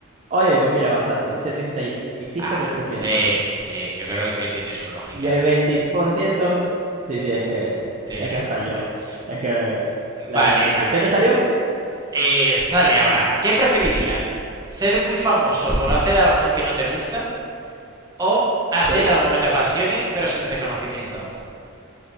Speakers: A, on the right (about 35°); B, on the right (about 20°).
A: Oye, pues mira, bastante, setenta Y cinco
B: Ah,
A: por ciento
B: sí, sí. Yo creo que tiene su lógica.
A: y el 25% eh, sí, sí, es que,
B: Tiene
A: es
B: su
A: que hasta
B: lógica.
A: yo, es que la
B: Vale,
A: verdad es que
B: vale.
A: sí. ¿Qué te salió?
B: Eh, sale ahora. ¿Qué preferirías? ¿Ser muy famoso por hacer algo que no te gusta? ¿O hacer
A: Ok.
B: algo que te apasione pero sin reconocimiento?